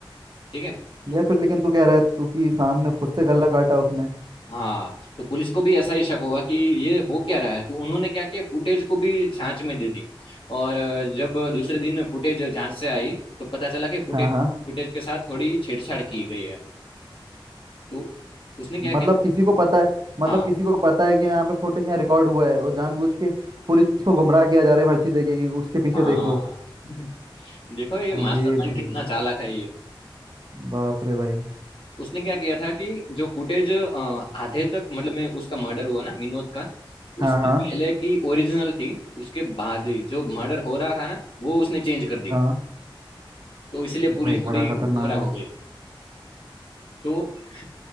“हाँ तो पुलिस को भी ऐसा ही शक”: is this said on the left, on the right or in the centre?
Left